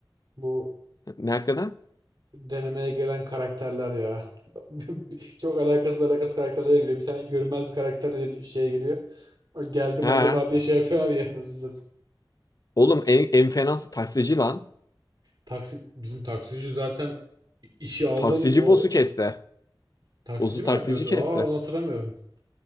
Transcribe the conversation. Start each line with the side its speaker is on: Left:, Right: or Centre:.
Right: Bu
Left: Ne hakkında?
Right: denemeye gelen karakterler ya. <laughs> Çok alakasız alakasız karakterlere geliyor. Bir tane görünmez bir karakter de deni- şeye geliyor. O geldim
Left: Ha.
Right: acaba diye şey yapıyor ya nasıl
Left: Oğlum en, en fenası taksici lan.
Right: Taksi, bizim taksici zaten İşi aldı
Left: Taksici
Right: oğlum o
Left: boss'u kesti.
Right: taksici
Left: Boss'u
Right: mi
Left: taksici
Right: yapıyordu?
Left: kesti.
Right: Aa onu hatırlamıyorum.